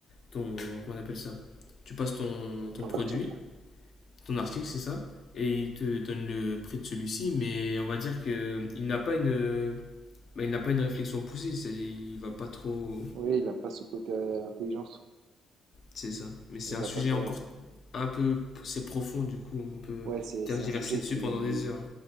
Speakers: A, on the left (about 55°); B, on the right (about 75°).
A: ton. Comment on appelle ça Tu passes ton, ton
B: En
A: produit,
B: partie.
A: ton article, c'est ça. Et il te donne le prix de celui-ci. Mais on va dire que euh, il n'a pas une. euh, bah, il n'a pas une réflexion poussée. C'est-à-dire, il va pas trop.
B: Oui, il n'a pas ce côté euh, intelligence.
A: C'est ça. Mais c'est
B: Il
A: un
B: a
A: sujet
B: pas ça.
A: encore un peu. C'est profond, du coup, on peut
B: Ouais, c'est
A: tergiverser
B: c'est un sujet
A: dessus
B: qui,
A: pendant des heures.